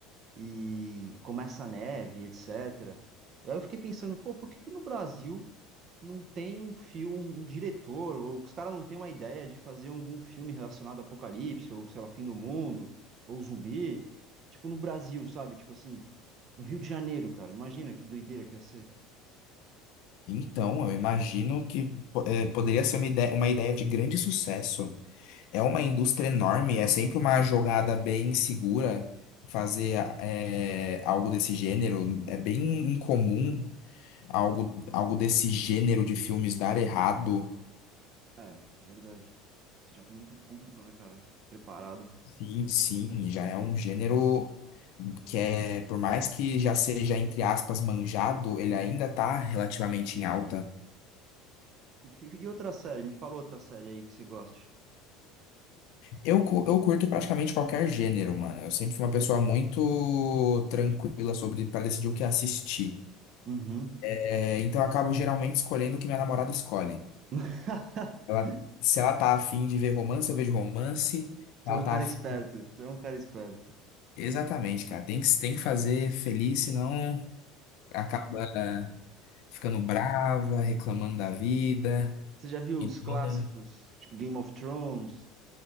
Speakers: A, on the right; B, on the left.
A: e começa a neve, etc. E aí eu fiquei pensando, pô, por que que no Brasil não tem um filme, um, um diretor, ou os caras não têm uma ideia de fazer algum filme relacionado a apocalipse, ou sei lá, fim do mundo, ou zumbi? Tipo, no Brasil, sabe? Tipo assim, no Rio de Janeiro, cara. Imagina que doideira que ia ser.
B: Então, eu imagino que po- eh, poderia ser uma ideia, uma ideia de grande sucesso. É uma indústria enorme, é sempre uma jogada bem segura fazer é, algo desse gênero. É bem incomum algo, algo desse gênero de filmes dar errado.
A: É, verdade. Você já tem muito público, né, cara? Preparado.
B: Sim, sim, já é um gênero que é, por mais que já seja, entre aspas, manjado, ele ainda tá relativamente em alta.
A: E e outra série? Me fala outra série aí que você goste.
B: Eu, cu- eu curto praticamente qualquer gênero, mano. Eu sempre fui uma pessoa muito tranquila sobre para decidir o que assistir.
A: Uhum.
B: É, então eu acabo geralmente escolhendo o que minha namorada escolhe.
A: <laughs>
B: Ela, se ela tá afim de ver romance, eu vejo romance.
A: Tu
B: Ela
A: é um
B: tá
A: cara
B: afim...
A: esperto. Tu é um cara esperto.
B: Exatamente, cara. Tem que, tem que fazer feliz, senão acaba ficando brava, reclamando da vida.
A: Você já viu
B: Então,
A: os clássicos,
B: né,
A: tipo Game of Thrones?